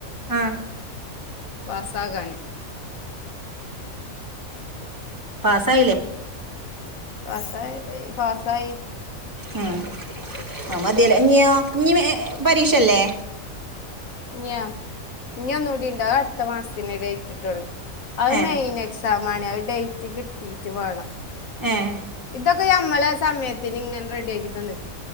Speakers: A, on the right; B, on the left.
A: ആഹ്
B: പാസാകാന്
A: പാസായില്ലേ
B: പസയി പാസായി
A: ഉം മതിയല്ലേ ഇഞ്ഞോ ഇഞ്ഞി പരീക്ഷല്ലേ
B: ഇഞ്ഞാ ഇനി ഒന്നുകൂടി ണ്ട് അഹ് അടുത്ത മാസത്തിന് ഡേറ്റ്ട്ടുള്ളു അത്
A: ഏഹ്
B: മെയ്‌നെക്- ക്സമാണ് അഹ് ഡേറ്റ് കിട്ടീട്ട് വേണം
A: ഏഹ്
B: ഇതൊക്കെ ഞമ്മളെ സമയത്തിനിങ്ങനെ റെഡിയാക്കിതന്നേക്ക്